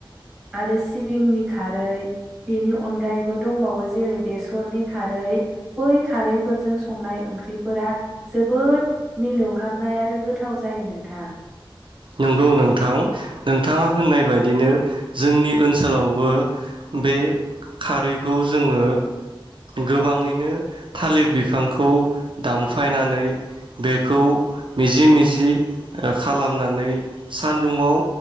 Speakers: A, in the centre; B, on the right (about 65°).
A: आरो सिबिंनि खारै बेनि अनगायैबो दंबावो जेरै बेसरनि खारै बै खारैफोरजों संनाय ओंख्रिफोरा जोबोद मिलौहाबनाय आरो गोथाव जायो नोंथां।
B: नंगौ नोंथां नोंथाङा होननाय बायदिनो जोंनि ओनसोलावबो बे खारैखौ जोङो गोबाङैनो थालिर बिफांखौ दानफायनानै बेखौ मिजि मिजि ओ खालाम नानै सानदुंआव